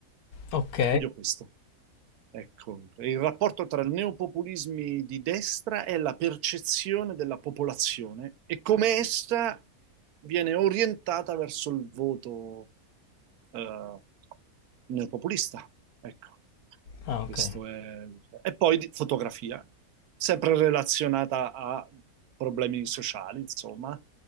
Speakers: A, on the left; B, on the right.
A: Ok.
B: studio questo. Ecco, il rapporto tra i neopopulismi di destra e la percezione della popolazione e come essa viene orientata verso il voto eh, neopopulista. Ecco,
A: Ah, ok.
B: questo è... E poi di- fotografia, sempre relazionata a problemi sociali, insomma.